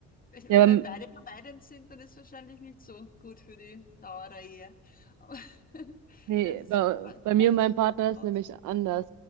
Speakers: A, on the left; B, on the right.
A: Ich- Wenn
B: ja, beim
A: wir beide vermeidend sind, dann ist es wahrscheinlich nicht so gut für die Dauer der Ehe. Aber <laughs>
B: Nee,
A: ja, es ist,
B: bei,
A: also,
B: bei mir
A: gleicht
B: und meinem
A: sich
B: Partner
A: wirklich
B: ist
A: aus.
B: nämlich anders.